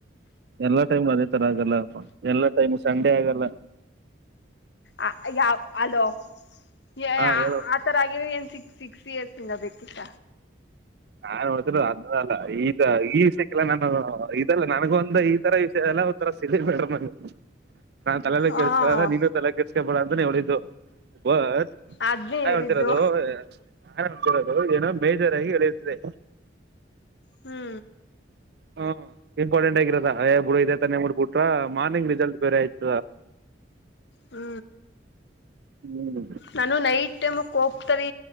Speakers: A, on the right (about 60°); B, on the left (about 65°).
A: ಎಲ್ಲಾ ಟೈಮ್ ಅದೇ ತರ ಆಗಲ್ಲಪಾ ಎಲ್ಲಾ ಟೈಮ್ ಸಂಡೆ ಆಗಲ್ಲ.
B: ಅ ಯಾವ ಅಲೋ. ಯ
A: ಹಾ ಹೇಳು
B: ಆ ತರ <unintelligible> ಸಿಕ್ ಸಿಕ್ಸ್ ಇಯರ್ಸ್ ಇಂದ ಬೇಕಿತ್ತ.
A: <unintelligible> ಈದ್ ಈ ವಿಷಯಕ್ಕೆಲ್ಲ ನಾನು ಇದೆಲ್ಲ ನನ್ಗೊಂದ ಈ ತರ ವಿಷಯಲ್ಲ ಒಂಥರಾ ಸಿಲ್ಲಿ ಮ್ಯಾಟರ್ <unintelligible> ನಾ ತಲೆೇಲೆ ಕೆರ್ಸ್ಕೋರ್
B: ಹಾ
A: ನೀನು ತಲೆಕೆಡಿಸ್ಕೊಬೇಡ ಅಂ <unintelligible> <unintelligible>
B: ಅದ್ನೇ
A: ಹೇಳ್ತಿರೋದು
B: ಹೇಳಿದ್ದು
A: ಎ. ಯಾರ್ ಹೊಡದಿರೋದು ಏನೋ ಬೇಜಾರಾಗಿ ಹೇಳಿ ತ್ತದೆ
B: ಹ್ಮು
A: ಹೂ ಇಂಪಾರ್ಟೆಂಟ್ ಆಗಿರದ ಎ ಬಿಡು ಇದೆ ತಾನೆ ಮುಡ್ಬಿಟ್ರ ಮಾರ್ನಿಂಗ್ ರಿಸಲ್ಟ್ ಬೇರೆ ಆಯ್ತದ.
B: ಹ್ಮು
A: ಹ್ಮು
B: ನಾನು ನೈಟ್ ಟೈಮ್ ಕೋಪ್ ತರಿ